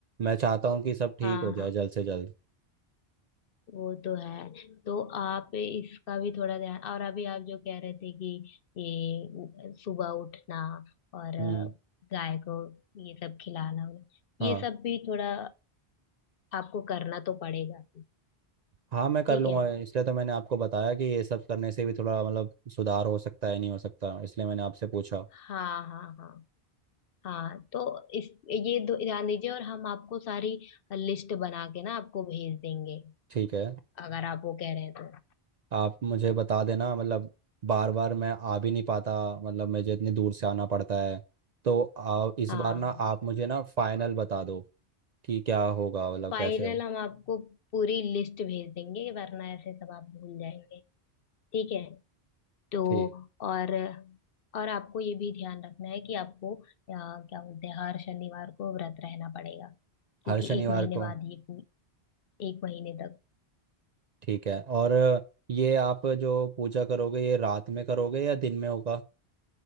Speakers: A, on the right; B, on the left.
A: मैं चाहता हूं कि सब ठीक
B: हाँ
A: हो जाए
B: हाँ
A: जल्द से जल्द
B: वो तो है तो आप इसका भी थोड़ा ध्यान और अभी आप जो कह रहे थे कि ये सुबह उठना और
A: हम्म
B: गाय को ये सब खिलाना
A: हाँ
B: ये सब भी थोड़ा आपको करना तो पड़ेगा
A: हाँ मैं कर
B: ठीक
A: लूंगा
B: है
A: इसलिए तो मैंने आपको बताया कि ये सब करने से भी थोड़ा मतलब सुधार हो सकता है नहीं हो सकता इसलिए मैंने आपसे पूछा
B: हाँ हाँ हाँ हाँ तो इस ये दो ध्यान दीजिए और हम आपको सारी लिस्ट बना के ना आपको भेज देंगे
A: ठीक है
B: अगर आप वो कह रहे हैं तो हाँ
A: आप मुझे बता देना मतलब बार बार मैं आ भी नहीं पाता मतलब मुझे इतनी दूर से आना पड़ता है तो आ, इस
B: हाँ,
A: बार ना
B: हाँ।
A: आप मुझे ना फाइनल बता दो कि क्या होगा मतलब
B: फाइनल
A: कैसे हो
B: हम आपको पूरी लिस्ट भेज देंगे वरना ऐसे सब आप भूल जाएंगे ठीक है तो
A: ठीक
B: और और आपको ये भी ध्यान रखना है कि आपको अ, क्या बोलते हैं हर शनिवार को व्रत रहना पड़ेगा क्योंकि
A: हर शनिवार
B: एक महीने
A: को
B: बाद ये पू- एक महीने तक
A: ठीक है और ये आप जो पूजा करोगे ये रात में करोगे या दिन में होगा